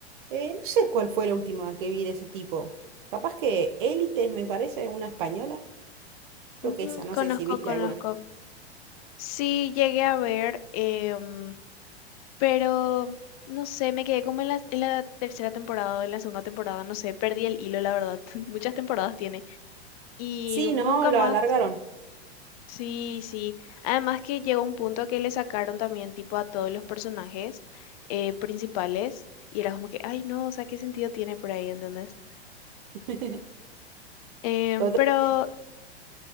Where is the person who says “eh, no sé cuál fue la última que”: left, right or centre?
Right